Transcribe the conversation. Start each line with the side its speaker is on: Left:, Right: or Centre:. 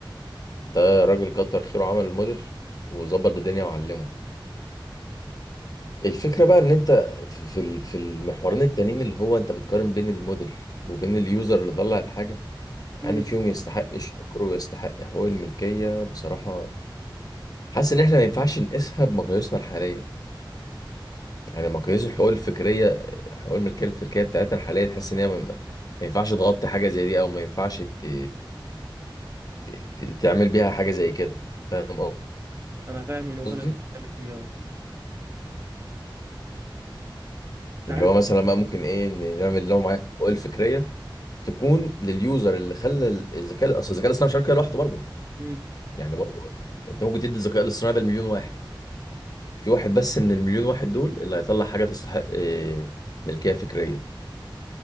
Left: ده راجل كتر خيره عمل الموديل وظبط الدنيا وعلمه الفكرة بقى ان انت في في ال- في المحورين التانيين اللي هو انت بتقارن بين الموديل وبين اليوزر اللي طلع الحاجة
Right: امم
Left: يعني فيهم يستحق الشكر ويستحق حقوق الملكية بصراحة حاسس ان احنا ما ينفعش نقيسها بمقاييسنا الحالية يعني ما قياس الحقوق الفكريه حقوق الملكيه الفكريه بتاعتنا الحاليه تحس ان هي ما, ما ما ينفعش تغطي حاجه زي دي او ما ينفعش ت... ت... ت- تعمل بيها حاجه زي كده فاهم
Right: انا فاهم النقطه
Left: قصدي
Right: اللي انت بتتكلم فيها اه مش
Left: اللي
Right: عارف
Left: هو مثلا بقى ممكن ايه ن- نعمل لهم معايا الحقوق الفكريه تكون لليوزر اللي خلى ال- الذكاء اصل الذكاء الاصطناعي مش هيعمل كده لوحده برضه
Right: امم
Left: يعني برضه انت ممكن تدي الذكاء الاصطناعي ده لمليون واحد في واحد بس من المليون واحد دول اللي هيطلع حاجه تستحق إيه، ملكيه فكريه